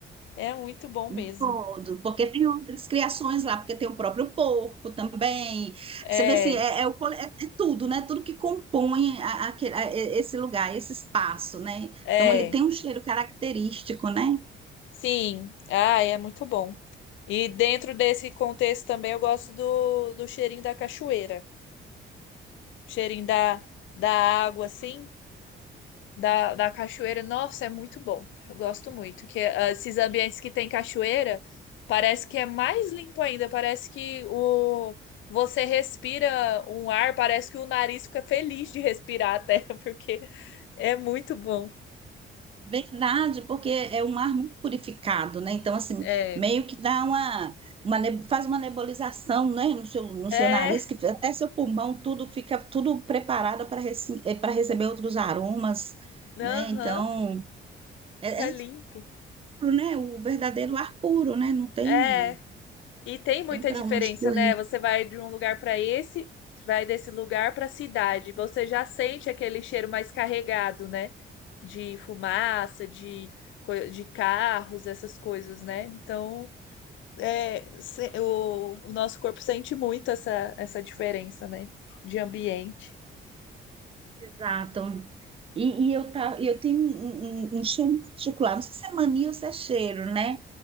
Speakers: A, on the left; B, on the right.
A: É muito bom
B: um
A: mesmo.
B: todo, porque tem outras criações lá, porque tem o próprio porco também.
A: É,
B: Você vê assim, é, é o cole- é- é tudo, né? Tudo que compõe a- aquele- a- e- esse lugar, esse espaço, né?
A: é,
B: Então ele tem um cheiro característico, né?
A: sim. Ah, é muito bom. E dentro desse contexto também eu gosto do, do cheirinho da cachoeira, cheirinho da, da água, assim. da, da cachoeira, nossa, é muito bom. Eu gosto muito. Que ah, esses ambientes que tem cachoeira, parece que é mais limpo ainda. Parece que o você respira um ar, parece que o nariz fica feliz de respirar até, <laughs> porque é muito bom.
B: Verdade, porque é um ar muito purificado, né? Então, assim,
A: É.
B: meio que dá uma, uma ne- faz uma nebulização, né? No seu, no
A: É.
B: seu nariz, que até seu pulmão, tudo fica tudo preparado para para receber outros aromas, né?
A: Aham.
B: Então, é,
A: Fica
B: é
A: limpo.
B: puro, né? O verdadeiro ar puro, né? Não tem,
A: É. E tem muita
B: tem para
A: diferença,
B: onde correr.
A: né? Você vai de um lugar para esse, vai desse lugar para a cidade. Você já sente aquele cheiro mais carregado, né? de fumaça, de, de carros, essas coisas, né? Então, é, se- o, o nosso corpo sente muito essa, essa diferença, né? De ambiente.
B: Exato. E, e eu, tá, eu tenho um, um, um cheiro particular, não sei se é mania ou se é cheiro, né?